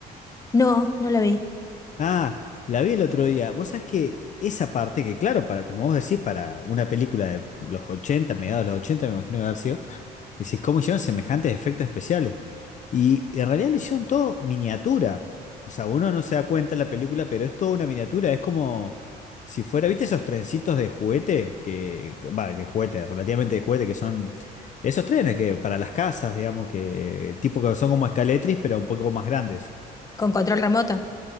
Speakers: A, on the left; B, on the left.
A: no, no la vi.
B: Ah, la vi el otro día. Vos sabés que esa parte, que claro, para como vos decís, para una película de los 80, mediados de los 80, me imagino de haber sido, decís, ¿cómo hicieron semejantes efectos especiales? Y en realidad lo hicieron todo miniatura. O sea, uno no se da cuenta en la película, pero es toda una miniatura. Es como si fuera, ¿viste esos trencitos de juguete? Que, que- va, que juguete, relativamente de juguete, que son esos trenes que para las casas, digamos, que tipo que son como escaletris, pero un poco más grandes.
A: Con control remoto,